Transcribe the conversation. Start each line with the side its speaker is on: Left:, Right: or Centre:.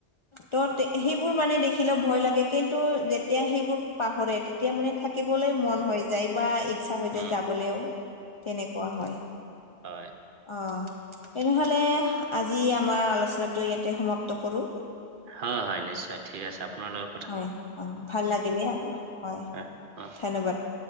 Left: ত, সেইবোৰ মানে দেখিলে ভয় লাগে কিন্তু যেতিয়া সেইবোৰ। পাহৰে তেতিয়া মানে থাকিবলৈ মন হৈ যায় বা ইচ্ছা ত, হৈ
Right: উম,
Left: যায় যাবলৈও তেনেকুৱা হয়।
Right: হয়।
Left: অ, তেনেহ'লে আজি আমাৰ আলোচনাটো ইয়াতে সমাপ্ত কৰো।
Right: হয়, হয়, নিশ্চয় ঠিক আছে আপোনালোক
Left: হয়, অ, ভাল লাগিলেই আাৰ হয়
Right: হ্যাঁ হ্যাঁ
Left: ধন্যবাদ।